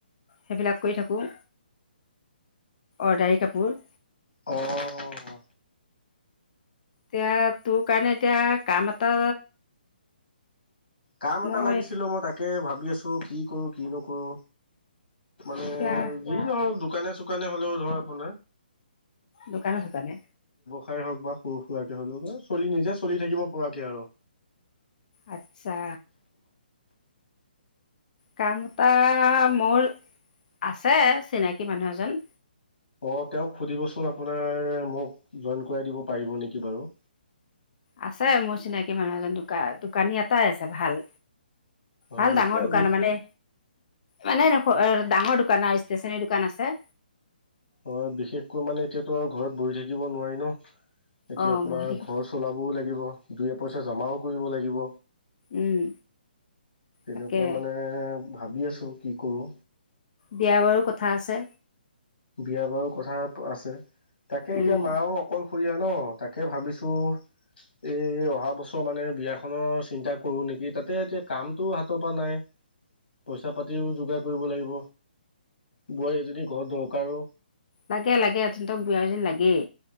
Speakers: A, on the left; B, on the left.
A: সেইবিলাক কৰি থাকোঁ, অৰ্ডাৰী কাপোৰ।
B: অ
A: ত তোৰ কাৰনে এতিয়া কাম এটা
B: কাম এটা
A: মই
B: লাগিছিলো মই তাকে ভা ভাবি আছো কি কৰো কি নকৰোঁ। মানে
A: এতিয়া
B: যি নহয় শুকানে চুকানে হ'লেও ধৰ আপোনাৰ।
A: দোকানে-দোকানে
B: খাই হওক বা সৰু-সুৰা কৰাকে হক চলি নিজে চলি থাকিব পৰাকে আৰু।
A: আচ্ছা কাম এটা মোৰ আছে, চিনাকি মানুহ এজন।
B: অ তেওঁক সুধিবচোন আপুনি। আ মোক জইন কৰাই দিব পাৰিব নেকি বাৰু।
A: আছে মোৰ চিনাকি মানুহ এজন দোক দোকানী এটাই আছে ভাল।
B: হয়
A: ভাল ডাঙৰ
B: এতিয়া
A: দোকান
B: বিষ
A: মানে। মানে এনেৰ ডাঙৰ দোকান আৰু ষ্টেচনোৰী দোকান আছে।
B: অ বিশেষকৈ মানে এতিয়াতো আৰু ঘৰত বহি থাকিব নোৱাৰি ন? এতিয়া
A: অঁ
B: আপোনাৰ
A: বহি থাকিব
B: ঘৰ চলাবও লাগিব। দুই এ পইচা জমাও কৰিব লাগিব।
A: উম
B: তেনেকুৱা
A: তাকে
B: মানে ভাবি আছোঁ কি কৰোঁ।
A: বিয়া বাৰু কথা আছে।
B: বিয়া বাৰু কথা আছে। তাকে এতিয়া
A: উম
B: মাও অকল সৰিয়া। ন তাকে ভাবিছো এই অহা বছৰ মানে বিয়াখনৰ চিন্তা কৰো নেকি তাতে এতিয়া কামটো হাতৰ পৰা নাই পইচা পাতিও যোগাৰ কৰিব লাগিব। বোৱাৰী এজনী ঘৰত দৰক কাৰো
A: লাগে-লাগে <unintelligible> লাগেই